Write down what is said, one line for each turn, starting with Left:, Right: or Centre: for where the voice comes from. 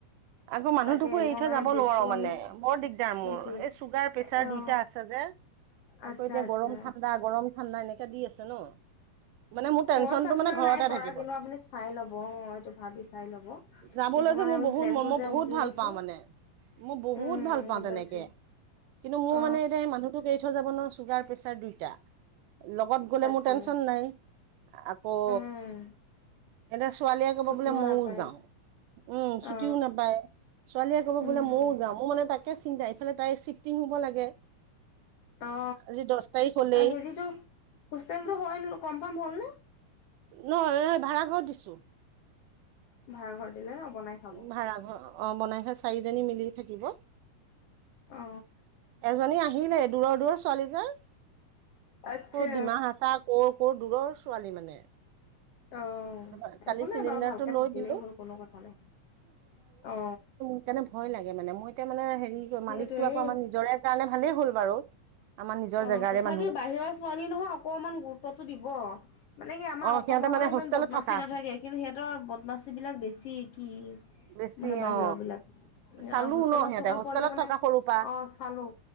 Right: আকৌ মানুহটোকো
Left: তাকে
Right: এৰি
Left: মই
Right: থৈ
Left: মানে
Right: যাব
Left: ডেটটো
Right: নোৱাৰো
Left: আমি
Right: মানে, বৰ দিগ চুগাৰ
Left: সেইটোৱে
Right: প্ৰেচাৰ দুইটা
Left: অ
Right: আছে যে,
Left: আচ্ছা
Right: আকৌ এতিয়া
Left: আচ্ছা
Right: গৰম ঠাণ্ডা গৰম ঠাণ্ডা এনেকাে দি আছে ন। মানে মোৰ টেনচনটো
Left: ফৰচ আপোনাক
Right: মানে ঘৰতে
Left: নাই কৰা,
Right: থাকিব
Left: কিন্তু আপুনি চাই ল'ব অ এইটো ভাবি চাই ল'ব।
Right: যাবলৈ
Left: কিন্তু মানে
Right: যে মোৰ
Left: আমি
Right: বহুত
Left: প্লেনটো
Right: ম মই
Left: যে
Right: বহুত
Left: উলিয়াইছো
Right: ভাল পাও মানে মই বহুত
Left: উম
Right: ভাল। পাঁও
Left: গম
Right: তেনেকে,
Left: পাইছো
Right: কিন্তু মোৰ
Left: অ
Right: মানে এতিয়া মানুহটো এৰি থৈ যাব নোৱাৰো চুগাৰ পে দুইটা, লগত গ'লে
Left: তাকে
Right: মোৰ টেনচন নাই আকৌ
Left: উম
Right: এতিয়া ছোৱালীয়ে ক'ব
Left: ছুটিও
Right: বোলে মইয়ও
Left: নাপায়
Right: যাওঁ। উম ছুটিও
Left: অ
Right: নাপায়। ছোৱালীয়ে ক'ব
Left: উম
Right: বোলে ময়ও যাম। অ মানে তাকে চিন্তা ইফালে তাই চিফ্টিং হ'ব লাগে।
Left: অ
Right: আজি দহ তাৰিখ হ'লেই
Left: হেৰিতো হোষ্টেলতো হয় কনফাৰ্ম হ'ল নে?
Right: নহয় নহয় ভাড়া ঘৰত দিছো।
Left: ভাৰ ঘৰ দিলে ন বনাই খাব
Right: ভাড়া ঘৰ, অ বনাই ঘ চাৰিজনী মিলি থাকিব।
Left: অ
Right: এজনী আহিলে দূৰৰ - দূৰৰ ছোৱালীজন।
Left: আচ্ছা
Right: ক' ডিমা হাচা, কৰ কৰ দূৰৰ ছোৱালী মানে।
Left: অ
Right: তাৰপৰা কালি
Left: একো নাই
Right: চিলিণ্ডাৰটো
Left: বাৰু ভালকে
Right: লৈ
Left: থাকিলেই
Right: দিলো
Left: হ'ল, কোনো কথা নাই অ।
Right: সেইকাৰণে ভয় লাগে মানে মই এতিয়া মানে হেৰি
Left: সেইটোৱে
Right: মালিকটো আকৌ আমাৰ নিজৰে কাৰণে ভালেই হ'ল বাৰু। আমাৰ নিজৰ
Left: অ
Right: জেগাৰে
Left: তথাপি
Right: মানুহ
Left: বাহিৰৰ ছোৱালী নহয় অকমান গুৰুত্বটো দিব। মানে কি আমাৰ
Right: অ
Left: অসমৰ
Right: সিহঁতে
Left: ফালে
Right: মানে
Left: ইমান
Right: হোষ্টেলত
Left: বদমাচি
Right: থকা
Left: নাথাকে কিন্তু সিহঁতৰ বদমাচিবিলাক বেছি কি
Right: বেছি
Left: মানে বাহিৰৰবিলাক।
Right: অ চালো
Left: আৰু হোষ্টেলত
Right: ন সিহঁতে
Left: থকা
Right: হোষ্টেলত
Left: পোৱালি মানে
Right: থকা সৰু পৰা
Left: অ চালো